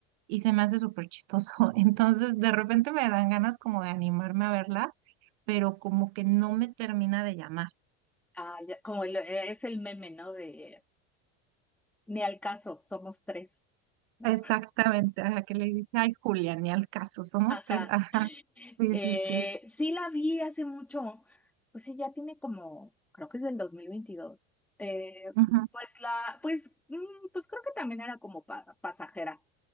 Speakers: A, on the right; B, in the centre.
A: y se me hace súper chistoso. <laughs> Entonces de repente me dan ganas como de animarme a verla, pero como que no me termina de llamar.
B: Ah, ya, como el- eh, es el meme, ¿no? De, Ni al caso, somos tres, ¿no?
A: Exactamente, ajá, que le dice, ay, Julia, ni al caso, somos
B: ajá,
A: tres, ajá, sí,
B: eh,
A: sí, sí,
B: sí la vi hace mucho. Pues sí, ya tiene como, creo que es del 2022. Eh,
A: ujú.
B: pues la, pues, mm, pues creo que también era como pa- pasajera.